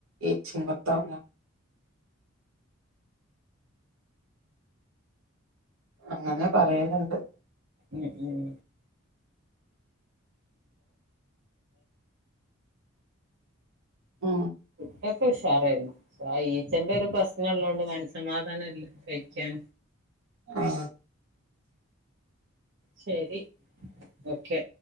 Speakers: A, on the right; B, on the right.
A: ഈച്ച ത അങ്ങനെ പറയലുണ്ട്
B: ഉ, ഉം
A: ആ
B: ഫുഡൊക്കെ ഉഷാറായിരുന്നു, <unintelligible> ഈച്ചന്റെ ഒരു പ്രശ്നം ഉള്ളതോണ്ട് മനസ്സമാധാനം ഇല്ല കഴിക്കാൻ
A: ആ
B: ശരി ഓക്കെ